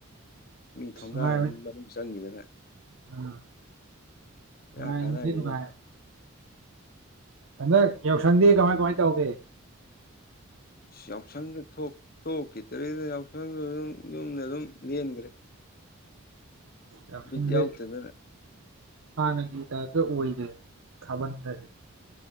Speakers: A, on the left; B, on the right.
A: ꯃꯤ ꯊꯣꯡꯒꯥꯜ
B: ꯅꯨꯡꯉꯥꯏꯕꯅꯤ
A: ꯃꯅꯨꯡ ꯆꯪꯈꯤꯗꯅ ꯀꯥꯗꯒ
B: ꯑꯥ
A: <unintelligible>
B: ꯅꯨꯡꯉꯥꯏꯕꯗꯤ ꯅꯨꯡꯉꯥꯏꯕꯅꯤ ꯍꯟꯗꯛ ꯌꯥꯎꯁꯪꯗꯤ ꯀꯃꯥꯏ ꯀꯃꯥꯏ ꯇꯧꯒꯦ
A: ꯑꯁ ꯌꯥꯎꯁꯪꯗ ꯊꯣꯛꯈꯤꯗꯔꯤꯗ ꯌꯥꯎꯁꯪꯒ ꯑꯗꯨꯝ ꯌꯨꯝꯗ ꯑꯗꯨꯝ ꯂꯦꯟꯈ꯭ꯔꯦ
B: ꯌꯥꯎꯁꯪꯁꯦ
A: ꯕꯤꯠ ꯌꯥꯎꯗꯗꯥꯅ
B: ꯍꯥꯟꯅꯒꯤ ꯇꯥꯏꯞꯗ ꯑꯣꯏꯗ꯭ꯔ‌ꯦ ꯊꯥꯕꯜ ꯒꯁ‌ꯦ